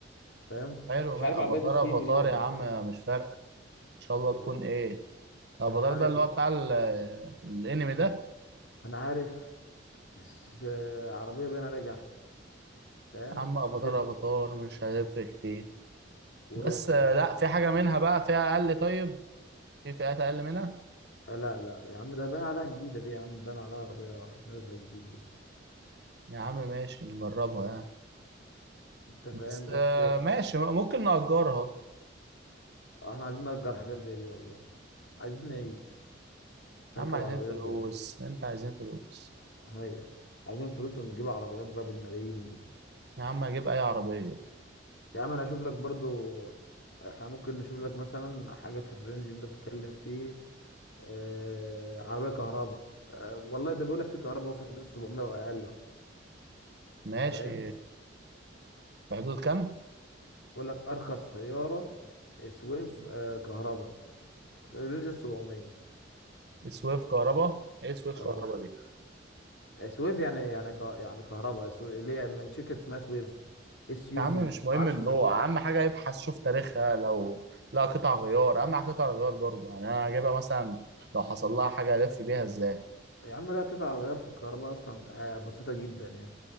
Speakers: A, on the left; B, on the right.
A: انت فاهم
B: حلو
A: مش
B: ما-
A: عارف العربيه
B: افاتار
A: دي الصيني
B: افاتار
A: دي ولا
B: يا عم
A: ايه
B: مش فارقة ان شاء الله
A: ده
B: تكون ايه الافاتار
A: ده باين عليها
B: ده
A: تي-
B: اللي هو بتاع ال- الانمي ده
A: انا عارف بس آه، عربيه باين عليها جحد فاهم
B: يا عم افاتار
A: او في
B: افاتار مش هيفرق كتير
A: وروكس
B: بس آه،
A: و...
B: لا في حاجة منها بقى فيها أقل طيب في فئات أقل منها
A: آه، لا لا يا عم ده باين عليها جديده دي يا عم باين عليها عربيه نازله جديد لسه
B: يا عم ماشي نجربها يعني
A: انت فاهم
B: بس
A: بس
B: آه،
A: آه،
B: ماشي ممكن نأجرها
A: احنا عايزين نأجر حاجات زي دي والله عايزين نعيش نركب
B: يا عم عايزين
A: عربيات
B: فلوس
A: زي دي
B: أنت عايزين فلوس
A: هي عايزين فلوس ونجيب عربيات بقى بالملايين دي
B: يا عم أجيب أي عربية
A: يا عم انا اشوف لك برضو احنا ممكن نشوف لك مثلا حاجة في الرينج انت بتتكلم فيه آه عربية كهرباء آه والله ده بيقول لك في كهرباء في حدود 700 واقل اهو
B: ماشي
A: فاهم
B: في حدود كام؟
A: بيقول لك ارخص سيارة سويف آه كهرباء في رينج ال 700
B: سويف كهرباء إيه سويف
A: اه
B: كهرباء دي؟
A: سويف يعني يعني ك... يعني كهرباء سو... اللي هي من شركة اسمها سويف اس يو
B: يا عم
A: في
B: مش مهم
A: ما اعرفش
B: النوع
A: اسمها
B: أهم حاجة يبحث شوف تاريخها لو لا قطع غيار أهم حاجة قطع غيار برضه يعني أنا هجيبها مثلا لو حصل لها حاجة ألف بيها إزاي؟
A: يا عم لا قطع الغيار في الكهرباء اصلا آه بسيطة جدا يعني